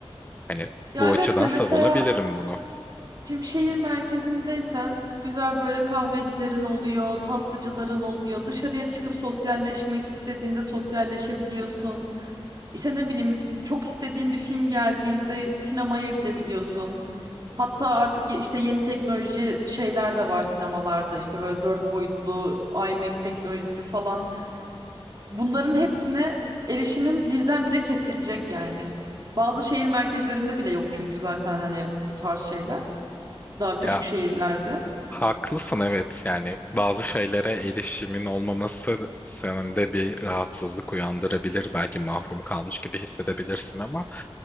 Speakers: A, on the left; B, on the right.
A: Hani
B: Ya
A: bu
B: evet
A: açıdan
B: de mesela
A: savunabilirim bunu.
B: şimdi şehir merkezindeysen güzel böyle kahvecilerin oluyor, tatlıcıların oluyor. Dışarıya çıkıp sosyalleşmek istediğinde sosyalleşebiliyorsun. İşte ne bileyim çok istediğin bir film geldiğinde sinemaya gidebiliyorsun. Hatta artık işte yeni teknoloji şeyler de var sinemalarda işte böyle dört boyutlu IMAX teknolojisi falan. Bunların hepsine erişimin birdenbire kesilecek yani. Bazı şehir merkezlerinde bile yok çünkü zaten hani bu tarz şeyler. Daha küçük
A: Ya
B: şehirlerde.
A: haklısın evet yani bazı şeylere erişimin olmaması senin de bir rahatsızlık uyandırabilir. Belki mahrum kalmış gibi hissedebilirsin ama